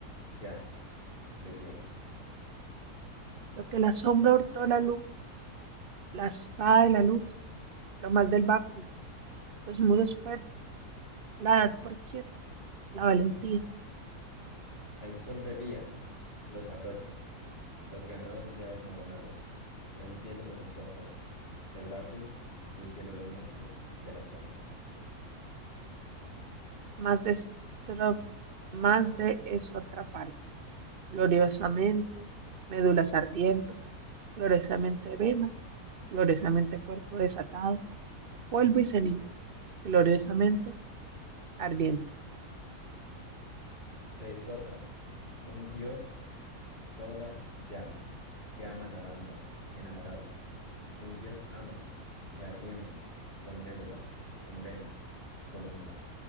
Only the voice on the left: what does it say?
ya, de hielo.
El sol bebía los arroyos, los ganados ya desmoronados, el hielo de los ojos, del báculo, el hielo del monte, de la sombra.
De Sotra, un dios toda llama, que ama nadando, enamorado. un dios ama, que ardiendo, con médulas, con venas, con humor,